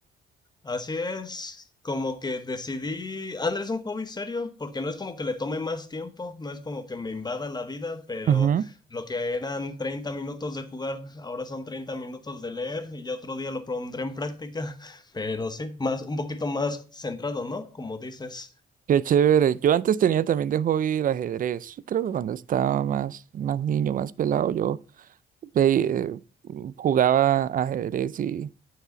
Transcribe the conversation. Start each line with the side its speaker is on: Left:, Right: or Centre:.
Left: Así es, como que decidí, Andrés es un hobby serio, porque no es como que le tome más tiempo, no es como que me invada la vida, pero
Right: Ujú.
Left: lo que eran 30 minutos de jugar, ahora son 30 minutos de leer y ya otro día lo pondré en práctica, <laughs> pero sí, más, un poquito más centrado, ¿no? Como dices.
Right: Qué chévere. Yo antes tenía también de hobby el ajedrez. Creo que cuando estaba más, más niño, más pelado, yo ve- eh, jugaba ajedrez y,